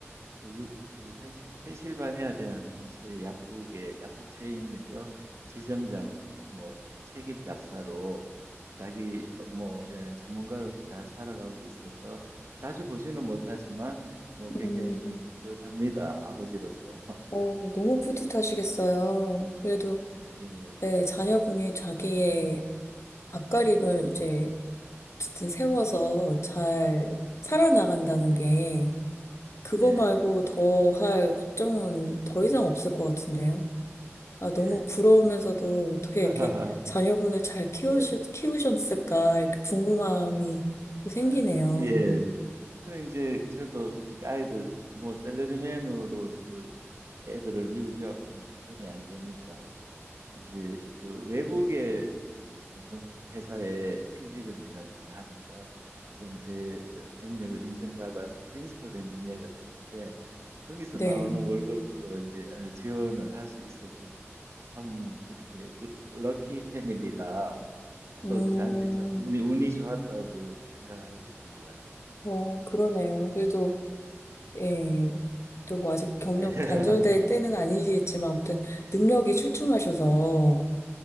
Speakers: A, on the right; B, on the left.
A: 그, 유, 그 펜실, 펜실바니아 대학 근처의 약국에 약국 체인에서 지점장 뭐그 책임 약사로 자기 어, 뭐 예, 전문가로서 잘 살아가고 있어서 자주 보지는 못하지만 뭐 굉장히
B: 음,
A: 좀 뿌듯합니다. 아버지로서. <laughs>
B: 어, 너무 뿌듯하시겠어요. 그래도,
A: 예,
B: 네, 자녀분이 자기의 앞가림을 이제 어쨌든 세워서 잘 살아나간다는
A: 예,
B: 게 그거
A: 예,
B: 말고 더 할 걱정은 더 이상 없을 것 같은데요. 아,
A: 예.
B: 너무 부러우면서도 어떻게
A: <laughs>
B: 이렇게 자녀분을 잘 키우셨,
A: 예.
B: 키우셨을까, 이렇게 궁금함이 생기네요.
A: 아, 예. 그래 이제 저도 이렇게 아이들 뭐 셀러리맨으로서 애들을 미국 유학 보낸 형편이 안 되니까 이제 그 외국의 그 어떤 건- 회사에 취직을 해가지고 하니까 좀 제 능력을 인정받아서 프린시플 엔지니어가 됐는데 거기서
B: 네.
A: 나오는 월급으로 이제 어, 지원을 할 수 있어서 참 이렇게 럭- 럭키 패밀리다.
B: 음,
A: 또 저한테 참 운이 운이 좋았다고 생각하고 있습니다.
B: 뭐, 그러네요. 그래도, 예, 또 뭐 아직 경력
A: 네. <laughs>
B: 단절될 때는 아니겠지만, 아무튼 능력이 출중하셔서,